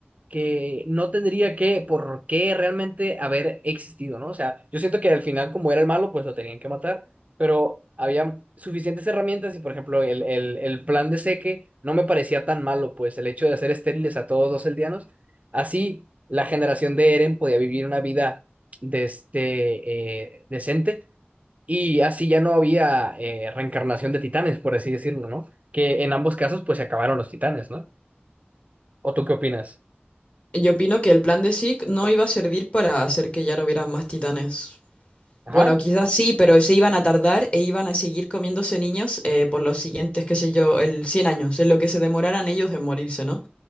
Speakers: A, on the right; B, on the left.
A: que no tendría que, por qué realmente haber existido, ¿no? O sea, yo siento que al final, como era el malo, pues lo tenían que matar, pero había suficientes herramientas y, por ejemplo, el, el, el plan de Seque no me parecía tan malo, pues el hecho de hacer estériles a todos los eldianos, así la generación de Eren podía vivir una vida de este, eh, decente y así ya no había eh, reencarnación de titanes, por así decirlo, ¿no? Que en ambos casos, pues se acabaron los titanes, ¿no? ¿O tú qué opinas?
B: Yo opino que el plan de Zeke no iba a servir para hacer que ya no hubiera más titanes.
A: Ajá.
B: Bueno, quizás sí, pero se iban a tardar e iban a seguir comiéndose niños eh, por los siguientes, qué sé yo, el 100 años, en lo que se demoraran ellos en morirse, ¿no?